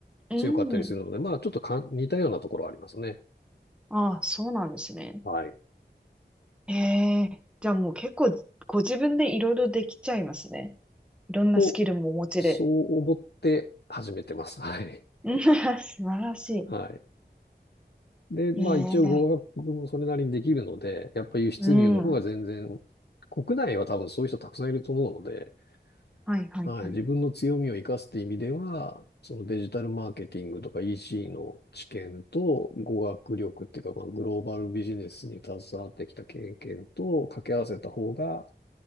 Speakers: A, in the centre; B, on the left (about 70°).
A: うん。
B: 強かったりするので、まあちょっとかん似たようなところはありますね。
A: ああ、そうなんですね。
B: はい。
A: ええじゃあもう結構ご自分でいろいろできちゃいますね。いろんなスキルもお持ちで。
B: と、そう思って始めてます。<laughs> はい。
A: うん <laughs> 素晴らし
B: はい。で、まあ一応語学もそれなりにできるので、
A: い。ええ
B: やっぱ輸出入の方が全然、
A: うん。
B: 国内は多分そういう人たくさんいると思うので、
A: はいはいはい。
B: はい、自分の強みを生かすって意味では、そのデジタルマーケティングとか EC の知見と語学力っていうか、まあ、グローバルビジネスに携わってきた経験と掛け合わせた方が、